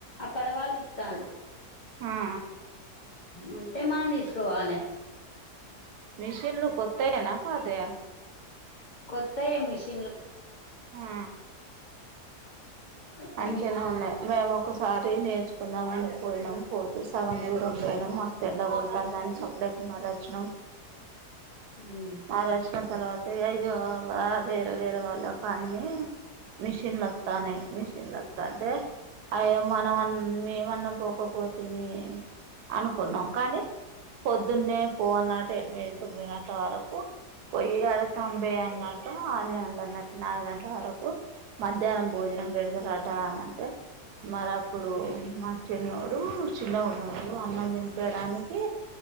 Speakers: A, on the left (about 85°); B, on the right (about 80°).
A: అక్కడ వాళ్ళు ఇత్తాళ్ళు
B: ఆ
A: ఉంటే మనం తీసుకోవాలె
B: మిషిన్లు కొత్తయేనా పాతయా
A: కొత్తయె మిషిన్లు
B: ఆ
A: కొత్త
B: మంచింగనే ఉన్నయి మేము ఒకసారి నేర్చుకుందాం అని పోయినాం పోతే సగం దూరం పోయినము మస్తు ఎండ కొడుతాందని సప్పుడేక మర్రచ్చినం
A: మిషన్
B: మర్రచ్చిన తర్వాత అయ్యో వేరే వేరే వాళ్ళకు అన్ని మిషిన్లత్తాన్నయి మిషన్లత్తాంటే అయ్యో మనమ మేమన్నా పోకపోతిమి అనుకున్నాం కానీ పొద్దున్నే పోవల్నటా ఎనిమిది తొమ్మిది గంటల వరకు పోయి ఆడ తంబేయల్నాంటా ఆన్న అంద అన్నట్టు నాలుగు గంటల వరకు మధ్యాహ్నం భోజనం బెడతరట అన్న అంటే మరి అప్పుడు మా చిన్నోడు చిన్నగున్నప్పుడు అన్నం తినిపియడానికి